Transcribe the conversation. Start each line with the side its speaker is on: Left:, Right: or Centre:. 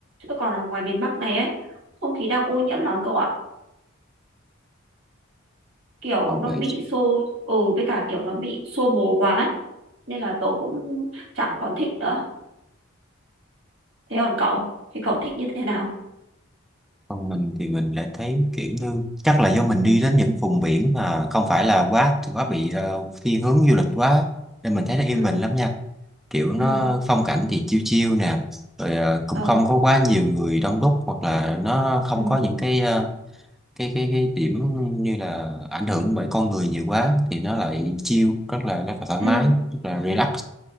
Right: chứ còn ở ngoài miền Bắc này ấy không khí đang ô nhiễm lắm cậu ạ kiểu
Centre: Còn
Right: nó
Centre: về
Right: bị xô ừ với cả kiểu nó bị xô bồ quá ấy. nên là tớ cũng chẳng còn thích nữa thế còn cậu Thế cậu thích như thế nào
Centre: Còn mình thì mình lại thấy kiểu như chắc là do mình đi đến những vùng biển mà không phải là quá quá bị ờ, thiên hướng du lịch quá nên mình thấy nó yên
Right: ừ
Centre: bình lắm nha. Kiểu nó
Right: ừ
Centre: phong cảnh thì chiêu chiêu nè, rồi ờ, cũng
Right: ờ
Centre: không có quá nhiều người đông đúc hoặc là nó không
Right: ừ
Centre: có những cái ờ, cái cái cái điểm như là ảnh hưởng bởi con người nhiều quá thì nó lại chiêu rất là rất là thoải
Right: ừ
Centre: mái, rất là relax